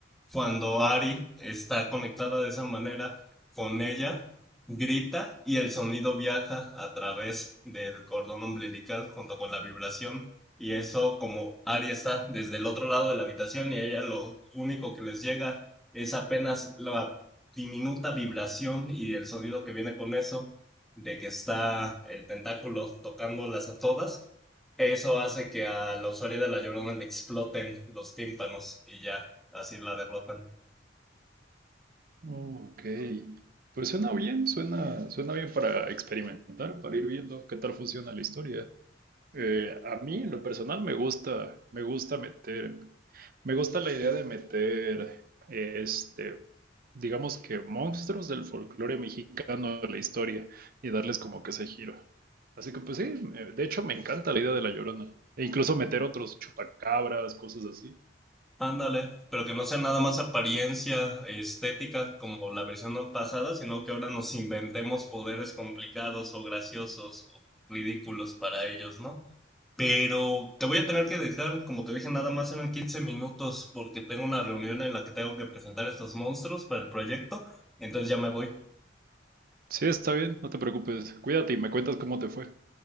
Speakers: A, in the centre; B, on the right.
A: cuando Ari está conectada de esa manera con ella, grita y el sonido viaja a través del cordón umbilical junto con la vibración. Y eso, como Ari está desde el otro lado de la habitación y a ella lo único que les llega es apenas la diminuta vibración y el sonido que viene con eso, de que está el tentáculo tocándolas a todas, eso hace que a la usuaria de la Llorona le exploten los tímpanos y ya, así la derrotan.
B: Oh, ok. Pues suena bien, suena, suena bien para experimentar, para ir viendo qué tal funciona la historia. Eh, a mí, en lo personal, me gusta, me gusta meter, me gusta la idea de meter, este, digamos que monstruos del folclore mexicano a la historia y darles como que ese giro. Así que, pues sí, eh, de hecho me encanta la idea de La Llorona. E incluso meter otros chupacabras, cosas así.
A: Ándale, pero que no sea nada más apariencia estética como la versión pasada, sino que ahora nos inventemos poderes complicados o graciosos o ridículos para ellos, ¿no? Pero te voy a tener que dejar, como te dije, nada más eran 15 minutos porque tengo una reunión en la que tengo que presentar estos monstruos para el proyecto, entonces ya me voy.
B: Sí, está bien, no te preocupes. Cuídate y me cuentas cómo te fue.